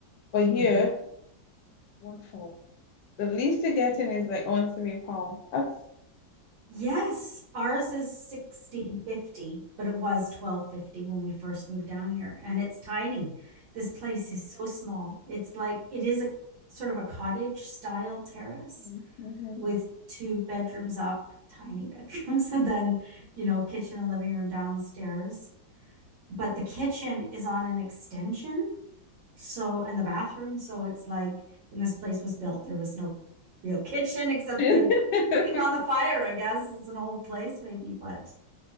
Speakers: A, on the left; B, on the right.
A: But here,
B: Mm-hmm.
A: one for the least you're getting is like one three pound. That's
B: Yes, ours is 1650, but it was 1250 when we first moved down here, and it's tiny. This place is so small. It's like it is a sort of a cottage style terrace
A: mm-hmm.
B: with two bedrooms up, tiny bedrooms, <laughs> and then, you know, kitchen and living room downstairs. But the kitchen is on an extension so, and the bathroom. So it's like when this place was built, there was no real <laughs> kitchen except the
A: <laughs>
B: cooking on the fire, I guess. It's an old place, maybe, but